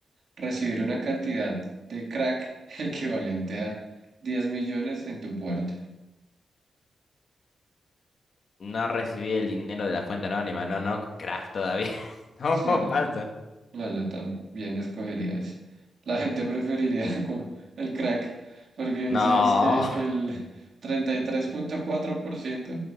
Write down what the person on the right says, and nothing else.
recibir una cantidad de crack <laughs> equivalente a 10 millones en tu puerta?
Sí, no,
no. No, yo también escogería eso. La gente preferiría <laughs> con el crack, porque dice
es que el treinta y tres punto cuatro por ciento